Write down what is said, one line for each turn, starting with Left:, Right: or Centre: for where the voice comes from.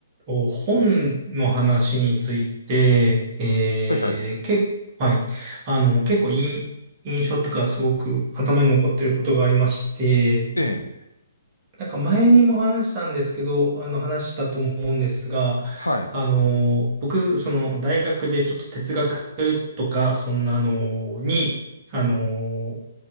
Right: と、本の話について、えー、
Left: はいはい。
Right: け、はい。あの、結構いい印象とかすごく頭に残ってることがありまして、
Left: ええ。
Right: なんか前にも話したんですけど、あの、話したと思うんですが、
Left: はい。
Right: あの、僕、その、大学でちょっと哲学とか、そんなのに、あの、